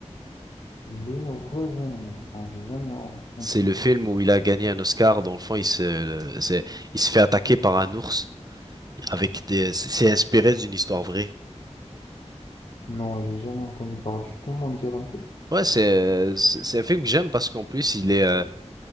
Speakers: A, on the left; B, on the right.
A: Le Revenant. Non, j'ai jamais entendu.
B: C'est le film où il a gagné un Oscar. Dans le fond, il se, c'est- il se fait attaquer par un ours avec des, c'est c'est inspiré d'une histoire vraie.
A: Non, j'ai jamais entendu parler. Tu peux m'en dire un peu?
B: Ouais, c'est, euh, c'est c'est un film que j'aime parce qu'en plus, il est, euh,